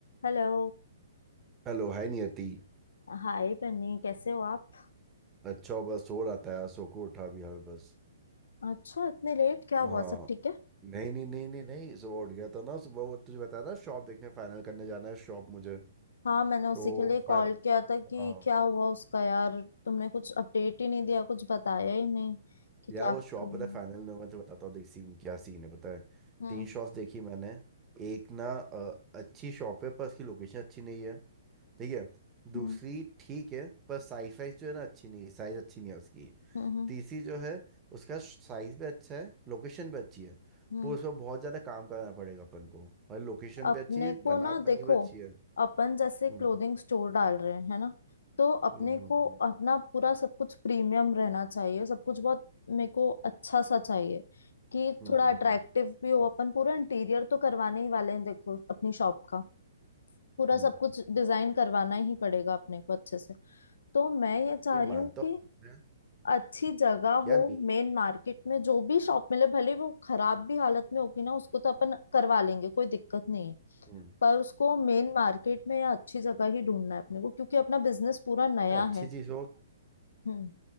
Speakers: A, on the left; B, on the right.
A: Hello
B: Hello hi Niyati
A: Hi Bunny कैसे हो आप
B: अच्छा बस सो रहा था यार, सो को उठा भी हर बस
A: अच्छा इतने लेट क्या हुआ
B: हाँ
A: सब ठीक है
B: नहीं नहीं नहीं नहीं नहीं सुबह उठ गया था ना सुबह वो तुझे बताया ना शॉप देखने फाइनल करने जाना है शॉप मुझे
A: हाँ मैंने
B: तो
A: उसी के लिए कॉल
B: फाइनल
A: किया था कि
B: हाँ
A: क्या हुआ उसका यार तुमने कुछ अपडेट ही नहीं दिया कुछ बताया ही नहीं कि क्या
B: यार वो शॉप
A: करना
B: वाला
A: है।
B: फाइनल में मैं तो बताता हूँ देख सीन क्या सीन है पता है
A: हम्म
B: तीन शॉप्स देखी मैंने एक ना अ, अच्छी शॉप है पर उसकी लोकेशन अच्छी नहीं है ठीक है दूसरी
A: हम्म
B: ठीक है पर साइज वाइज जो है ना अच्छी नहीं है साइज अच्छी नहीं है उसकी
A: हम्म हम्म हम्म
B: टीसी जो है उसका साइज भी अच्छा है लोकेशन भी अच्छी है
A: हम्म।
B: पर उसमें बहुत ज़्यादा काम करना पड़ेगा अपन को और लोकेशन
A: अपने
B: भी अच्छी है
A: को
B: बना
A: ना
B: बनी
A: देखो
B: भी अच्छी है
A: अपन जैसे
B: हम्म
A: क्लोथिंग स्टोर डाल रहे हैं है ना तो अपने
B: हम्म
A: को
B: हम्म
A: अपना पूरा सब कुछ प्रीमियम रहना चाहिए सब कुछ बहुत मेरे को अच्छा सा चाहिए कि
B: हम्म
A: थोड़ा
B: हम्म
A: अट्रैक्टिव
B: हम्म हम्म,
A: भी हो अपन पूरा इंटीरियर तो करवाने ही वाले हैं देखो अपनी शॉप का पूरा
B: हम्म।
A: सब कुछ डिजाइन करवाना ही पड़ेगा अपने को अच्छे से तो मैं ये चाह
B: ये मानता
A: रही हूँ
B: हूँ
A: कि
B: बात मैं
A: अच्छी जगह
B: यार
A: हो
B: मी
A: मेन मार्केट में जो भी शॉप मिले भले वो खराब भी हालत में होगी ना उसको तो अपन करवा लेंगे कोई दिक्कत नहीं है
B: हम्म
A: पर उसको मेन मार्केट में या अच्छी जगह ही ढूंढना है अपने को क्योंकि अपना बिजनेस पूरा नया
B: अच्छी
A: है
B: चीज़ों
A: हम्म